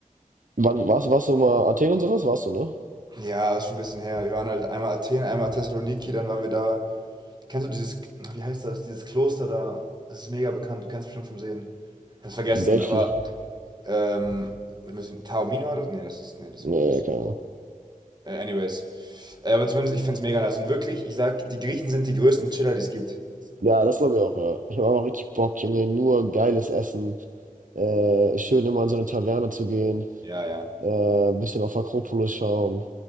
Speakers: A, on the right; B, on the right.
A: wann warst, warst du mal Athen und sowas? Warst du, ne?
B: Ja, ist schon ein bisschen her. Wir waren halt einmal Athen, einmal Thessaloniki, dann waren wir da Kennst du dieses, na, wie heißt das, dieses Kloster da? Das ist mega bekannt, du kennst bestimmt vom Sehen. Ich hab's vergessen,
A: In Delphi.
B: aber ähm, wir müssen, Taormina oder? so? Nee, das ist, nee, das
A: Nee,
B: war anders.
A: keine Ahnung.
B: Äh, anyways. Äh, aber zumindest, ich find's mega nice. Und wirklich, ich sag, die Griechen sind die größten Chiller, die es gibt.
A: Ja, das glaube ich auch, ja. Ich habe auch richtig Bock, Junge. Nur geiles Essen. Äh, schön immer in so eine Taverne zu gehen.
B: Ja, ja,
A: Äh, bisschen auf Akropolis schauen.